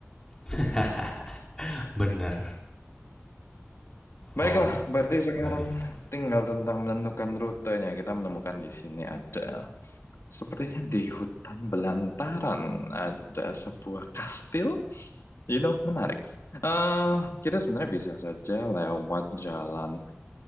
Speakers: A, on the left (about 15°); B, on the left (about 65°).
A: <laughs> Bener.
B: Baiklah,
A: Oke,
B: berarti sekarang
A: mari kita.
B: tinggal tentang menentukan rutenya. Kita menemukan di sini ada, sepertinya di hutan belantaran ada sebuah kastil. You know, menarik. eh kita sebenarnya bisa saja lewat jalan.